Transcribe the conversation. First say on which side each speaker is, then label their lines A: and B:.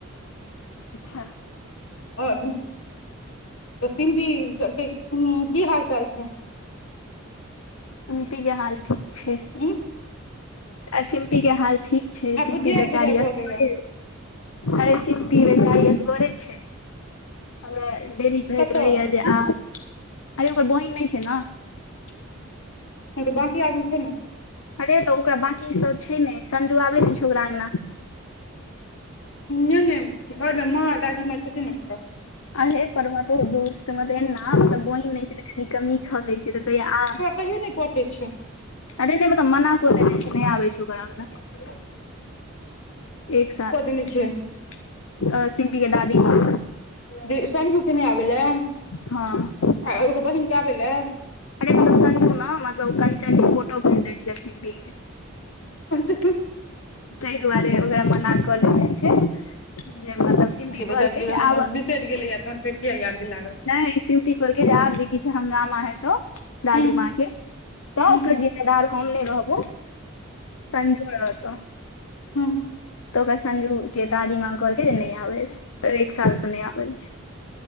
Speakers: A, on the left; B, on the left.
A: अचछा
B: और त सिम्पी सब के की हाल चाल छै
A: सम्पी के हाल ठीक छै
B: उ।
A: आ सिम्पीके हाल ठीक छै,
B: आब
A: सिम्पी
B: बुधियार
A: बेचारी
B: बुझाइ भऽ
A: असगरे।
B: गेलै
A: अरे सिम्पी बेचारी असगरे छै, हमरा डरी होत
B: कतऽ
A: रहैया जे आ, आइ ओकर बहिन नहि छै ने।
B: नहि तऽ बाकी आदमी छै ने?
A: अरे तऽ ओकरा बकी सभ छै, ने संजू आबै ने छै ओकरा अगना
B: नहि ने घरमे माँ दादी माँ छथिन ओ त।
A: अरे परमा तोर दोस्त मदेना तऽ बोहिन नहि छै, त कमी खलै छै, तऽ कहिया आ।
B: कहि न पटे छै।
A: अरे नहि मतलब मना कदै छै, न नहि आवै छै, ओकर अंगना।
B: ह
A: एक सालसे
B: देने छै
A: सिम्पीके दादी माँ
B: जे संजूके नहि आबे ला आ
A: हँ
B: एगो बहिनके आबे लए।
A: अरे मतलब संजू न मतलब कंचनके फोटो भेज दै छलै सिम्पीके।
B: जे
A: तइ दुआरे ओ मना कऽ देने छै। जे मतलब सिम्पी कहलके
B: बेचारी के जहन
A: आब
B: बिसरि गेलैया तहन फेर किया याद दिला रहल छै
A: नै सिम्पी। कहलकै आब जे किछ हंगामा हैतो। दादी
B: हूँ
A: माँ के तऽ
B: हूँ
A: ओकर जिम्मेदार हम नहि रहबो। संजू रहतौ।
B: हूँ
A: तऽ ओकर संजूके दादी माँ कहलकै जे नहि आबैल तऽ एक सालसँ नहि आबै छै।